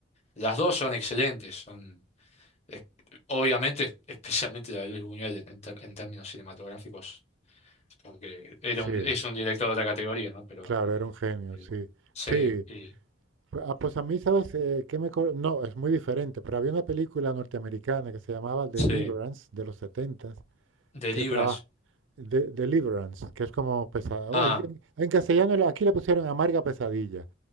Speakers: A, on the left; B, on the right.
A: las dos son excelentes, son es- obviamente, <laughs> especialmente la de Luis Buñuel en, en ter- en términos cinematográficos, porque era
B: Sí,
A: un, es un director de otra categoría, ¿no? Pero
B: claro, era un genio,
A: eh,
B: sí.
A: sí,
B: Sí.
A: y-
B: Ah, pues a mí, ¿sabes eh, qué me... co- No, es muy diferente, pero había una película norteamericana que se llamaba Deliverance,
A: sí,
B: de los setentas
A: de
B: que
A: libras.
B: trabaja... De, Deliverance, que es como pesada. Bueno,
A: Ah,
B: En, en- en castellano la- aquí le pusieron amarga pesadilla.